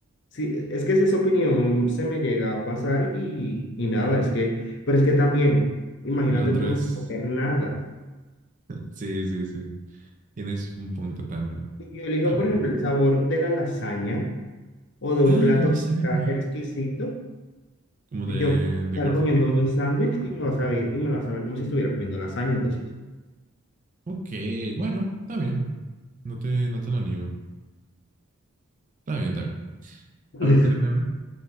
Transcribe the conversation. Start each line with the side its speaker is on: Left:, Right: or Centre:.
Left: sí, es que si esa opinión se me llega a pasar y, y nada, es que, pero es que también, imagínate
Right: Lo otro
Left: tú
Right: es,
Left: no comer nada.
Right: sí, sí, sí. Tienes un punto también.
Left: Yo elijo,
Right: Está bien.
Left: por ejemplo, el sabor de la lasaña o de un
Right: Ah,
Left: plato
Right: la lasaña.
Left: que sea exquisito.
Right: Como
Left: Yo
Right: de,
Left: puedo estar
Right: de Garfield.
Left: comiendo un sándwich y me va a saber, y me va a saber como si estuviera comiendo lasaña, entonces.
Right: Ok, bueno, está bien. No te, no te lo niego. Está bien, está bien.
Left: <laughs>
Right: A ver, tírame una.